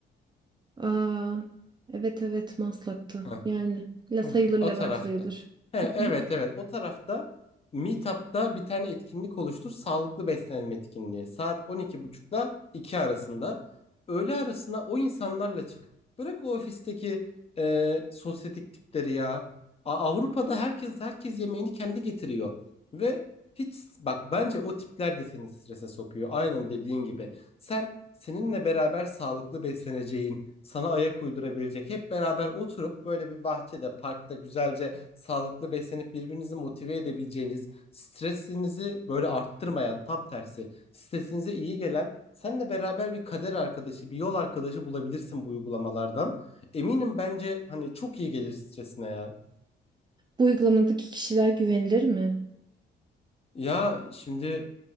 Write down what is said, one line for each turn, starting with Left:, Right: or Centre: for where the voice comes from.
Right: Aa, evet evet Maslak'ta.
Left: Hı
Right: Yani la sayılır
Left: Hı,
Right: Levent
Left: o tarafta.
Right: sayılır.
Left: He,
Right: Hı
Left: evet
Right: hı.
Left: evet o tarafta Meetup'ta bir tane etkinlik oluştur. Sağlıklı beslenme etkinliği. Saat on iki buçukla 2 arasında. Öğle arasında o insanlarla çık. Bırak o ofisteki e, sosyetik tipleri ya. A- Avrupa'da herkes herkes yemeğini kendi getiriyor. Ve hiç bak bence o tipler de seni strese sokuyor. Aynen dediğin gibi. Sen seninle beraber sağlıklı besleneceğin, sana ayak uydurabilecek, hep beraber oturup böyle bir bahçede, parkta güzelce sağlıklı beslenip birbirinizi motive edebileceğiniz, stresinizi böyle arttırmayan, tam tersi, stresinize iyi gelen, seninle beraber bir kader arkadaşı, bir yol arkadaşı bulabilirsin bu uygulamalardan. Eminim bence hani çok iyi gelir stresine ya.
Right: Bu uygulamadaki kişiler güvenilir mi?
Left: Ya şimdi